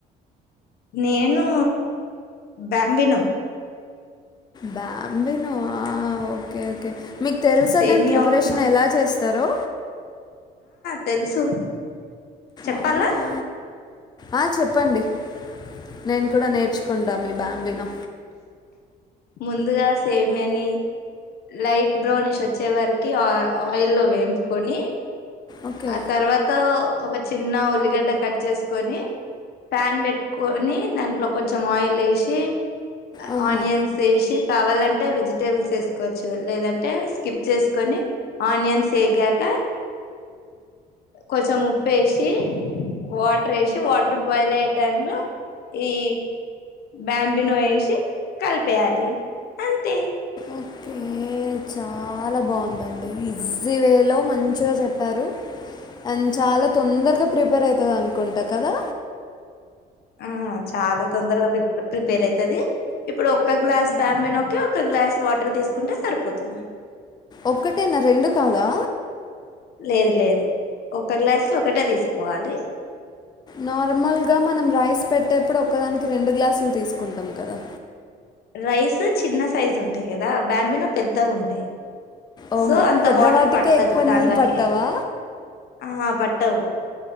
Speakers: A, on the left; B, on the left.
A: నేను బ్యాంబినో
B: బ్యాంబినో ఆ ఓకే ఓకే మీక్ తెల్సా
A: సేమియా
B: దాన్ ప్రిపరేషన్
A: ఉప్మా
B: ఎలా చేస్తరో
A: తెల్సు చెప్పాలా
B: అవునా? ఆ చెప్పండి నేన్ కూడా నేర్చుకుంటా మీ బాంబినో
A: ముందుగా సేమ్యని లైట్ బ్రౌనిష్ వచ్చే వారికి ఆ ఆయిల్ లో వేంపుకొని
B: ఓకే
A: ఆ తర్వాత ఒక చిన్న ఉల్లిగడ్డ కట్ చెసుకొని ప్యాన్ పెట్కొని దాంట్లో కొంచెం ఆయిల్ ఎషి
B: ఆహా
A: ఆనియన్స్ వేషి కావాలం వెజిటేబుల్స్ వేసుకోవచ్చు లేదంటే స్కిప్ చేసుకొని ఆనియన్స్ ఎగాక కొంచెం ఉప్పు ఎషి వాటర్ ఎషి వాటర్ బాయిల్ అయ్యే టైమ్ లో ఈ బ్యాంబి నో ఎషి కలిపేయాలి అంతే
B: ఒకే చాలా బాగుందండి ఈజీ వేలో మంచిగా చెప్పారు. అండ్ చాలా తొందరగా ప్రిపేర్ అయితది అనుకుంట కదా
A: ఆ చాలా తొందరగా ప్రి ప్రిపేర్ అయితది ఇప్పుడు ఒక్క గ్లాస్ బ్యాబినో ఒక గ్లాస్ వాటర్ తీసుకుంటే సరిపోతుంది.
B: ఒక్కటేనా రెండు కాదా
A: లేదు లేదు ఒక గ్లాస్కి ఒకటే తీసుకోవాలి.
B: నార్మల్గా మనం రైస్ పెట్టేప్పుడు ఒకదానికి రెండు గ్లాసులు తీసుకుంటం కదా
A: రైస్ చిన్న సైజు ఉంటయి కదా బ్యాంబినో పెద్ద గుంటయి
B: ఓహో
A: సో అంత
B: పెద్దవాటికే
A: వాటర్ పట్టదు
B: ఎక్కువ
A: దాట్లకి
B: నీళ్ళు పట్టవా
A: ఆ ప పట్టవు